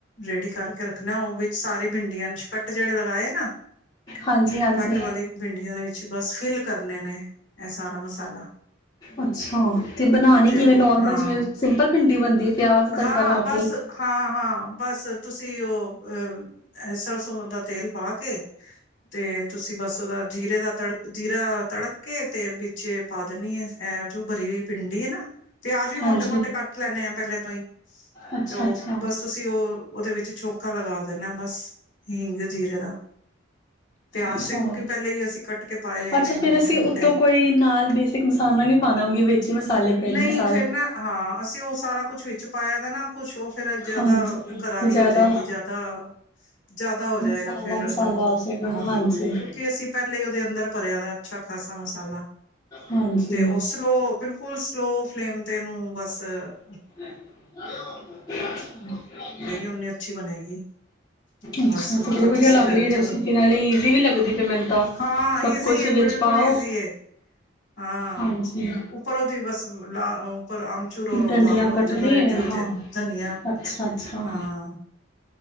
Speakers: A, on the left; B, on the left.
A: ਰੇਡੀ ਕਰਕੇ ਰੱਖਣਾ ਉਹ ਵੀ ਸਾਰੀ ਪਿੰਡੀਆਂ ਚ ਕੱਟ ਜਿਹੜੇ ਲਗਾਏ ਨਾ
B: ਹਾਂਜੀ ਹਾਂਜੀ
A: ਕੱਟ ਵਾਲੀ ਪਿੰਡੀਆਂ ਦੇ ਵਿੱਚ ਕੁ ਬਸ ਫਿਲ ਕਰਨੇ ਨੇ ਇਹ ਸਾਰਾ ਮਸਾਲਾ
B: ਅੱਛਾ ਤੇ ਬਣਾਣੇ
A: ਤੇ
B: ਕਿਵੇਂ
A: ਉਹ
B: ਨੋਰਮਲ
A: ਹਾਂ
B: ਜਿਵੇਂ ਸਿੰਪਲ ਭਿੰਡੀ ਬਣਦੀ ਹੈ ਪਿਆਜ਼ ਤੜਕਾ
A: ਹਾਂ
B: ਲਾ
A: ਬਸ
B: ਕੇ
A: ਹਾਂ ਹਾਂ ਬਸ ਤੁਸੀਂ ਉਹ ਅਹ ਸਰਸਦਾ ਤੇਲ ਪਾ ਕੇ ਤੇ ਤੁਸੀਂ ਬਸ ਉਹਦਾ ਜੀਰੇ ਦਾ ਤੜਕ ਜੀਰਾ ਤੜਕ ਕੇ ਤੇ ਵਿੱਚ ਪਾ ਦੇਣੀ ਆ ਇਹ ਜੋ ਭਰੀ ਹੋਈ ਪਿੰਡੀ ਹੈ ਨਾ ਪਿਆਜ਼ ਵੀ ਮੋਟੇ-ਮੋਟੇ
B: ਹਾਂਜੀ
A: ਕੱਟ ਲੈਂਦੇ ਆਾਂ ਪਹਿਲਾਂ ਤੋਂ ਹੀ
B: ਅੱਛਾ
A: ਤੇ ਉਹ
B: ਅੱਛਾ ਅੱਛਾ
A: ਬਸ ਤੁਸੀਂ ਉਹ ਦੇ ਵਿੱਚ ਛੋਂਕਾ ਲਗਾ ਦੇਣਾ ਬਸ ਹਿੰਗ ਜੀਰੇ ਦਾ ਪਿਆਜ
B: ਅੱਛਾ
A: ਤੇ ਕਿਉਂਕਿ ਪਹਿਲੇਾਂ ਹੀ ਅਸੀਂ ਕੱਟ ਕੇ ਪਾਏ ਹੋਏ
B: ਅੱਛਾ
A: ਨੇੇ
B: ਫੇਰ
A: ਮੋਟੇ-
B: ਅਸੀਂ
A: ਮੋਟੇ
B: ਉੱਤੋਂ ਕੋਈ ਨਾਲ ਬੇਸਿਕ ਮਸਾਲਾ ਨੀ ਪਾਣਾ ਉਂਗੇ ਵਿੱਚ ਹੀ ਮਸਾਲੇ ਪਏ ਦੇ
A: ਨਹੀਂ
B: ਨੇ ਸਾਰੇ।
A: ਫੇਿਰ ਨਾ ਹਾਂ ਅਸੀਂ ਉਹ ਸਾਰਾ ਕੁਛ ਵਿੱਚ ਪਾਇਆ ਤਾਂ ਨਾ ਕੁਛ ਉਹ ਫੇਿਰ ਜ਼ਿਆਦਾ-
B: ਹਾਂਜੀ
A: ਹੋ
B: ਤੇ ਜ਼ਿਆਦਾ
A: ਜਾਏਗੀ ਜਿਆਦਾ ਜ਼ਿਆਦਾ ਹੋ ਜਾਏਗਾ
B: ਮਸਾਲਾ
A: ਫੇਰ
B: ਮਸਾਲਾ
A: ਨਮਕ
B: ਹੋ ਜਾਏਗਾ
A: ਨਮਕ
B: ਹਾਂਜੀ।
A: ਕਿਉਂਕਿ ਅਸੀਂ ਪਹਿਲੇਾਂ ਹੀ ਉਹਦੇ ਅੰਦਰ ਭਰਿਆ ਦਾ ਅੱਛਾ ਖਾਸਾ ਮਸਾਲਾ
B: ਹਾਂਜੀ
A: ਤੇ ਉਹ ਸਲੋ ਬਿਲਕੁਲ ਸਲੋ ਫਲੇਮ ਤੇ ਉਹਨੂੰ ਬਸ ਤ
B: ਾਂ <unintelligible>
A: ਓਨੀ ਅੱਛੀ ਬਣੇਗੀ
B: ਅੱਛਾ
A: ਬਸ ਉੱਪਰ
B: ਤੇ ਬੜੀ ਵਧੀਆ
A: ਤੁਸੀਂ
B: ਲੱਗ
A: ਫਰ
B: ਰਹੀ ਹੈ ਰੈਸਿਪੀ
A: ਜਦੋਂ
B: ਨਾਲੇ ਈਜ਼ੀ ਵੀ ਲੱਗਦੀ ਪਈ ਮੈਨੂੰ ਤਾਂ।
A: ਹਾਂ
B: ਸਭ
A: ਈਜ਼ੀ
B: ਕੁਛ ਵਿੱਚ
A: ਏ ਬਿਲਕੁਲ
B: ਪਾਓ
A: ਈਜ਼ੀ ਏ ਹਾਂ
B: ਹਾਂਜੀ
A: ਉੱਪਰ ਉਹਦੀ ਬਸ ਲਾ ਪਰ ਅਮਚੂਰ ਰੋਂ
B: ਡੰਡੀਆਂ
A: ਪਾ ਲੋ
B: ਕੱਟ
A: ਜਦੋਂ
B: ਲਈ
A: ਰੈਡੀ
B: ਹਾਂ।
A: ਹੋਜੇ ਪਿੰਡੀਆ
B: ਅੱਛਾ ਅੱਛਾ
A: ਹਾਂ